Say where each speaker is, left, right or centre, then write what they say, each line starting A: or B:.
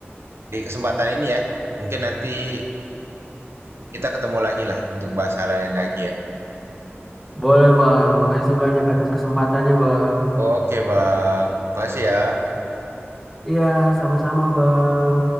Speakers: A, on the right (about 70°); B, in the centre.
A: di kesempatan ini ya. Mungkin nanti kita ketemu lagi lah untuk bahas hal lain lagi ya.
B: Boleh Bang. Makasih banyak atas kesempatannya Bang.
A: Oke Bang, makasih ya.
B: Iya, sama-sama Bang.